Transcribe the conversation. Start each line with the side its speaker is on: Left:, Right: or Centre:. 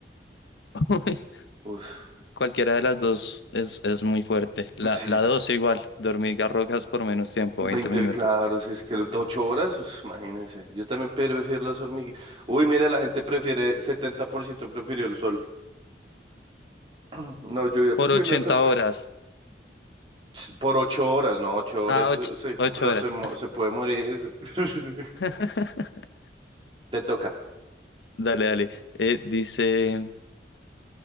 Left: <laughs>
Right: Uf.
Left: Cualquiera de las dos es, es muy fuerte. La,
Right: Sí,
Left: la dos igual, dormir hormigas por menos tiempo,
Right: veinte
Left: veinte minutos.
Right: claro, si es que los de ocho horas, pues, imagínense. Yo también prefiero las hormigas. Uy, mira, la gente prefiere, 70% prefirió el sol. <clears throat> No, yo ya prefiero
Left: Por 80
Right: las hormigas.
Left: horas.
Right: Ts- Por ocho horas, no, ocho horas,
Left: Ah, ocho
Right: eh, sí,
Left: ocho
Right: pero
Left: horas.
Right: se, mo- se puede morir. <laughs>
Left: <laughs>
Right: Te toca.
Left: Dale, dale. Eh, dice,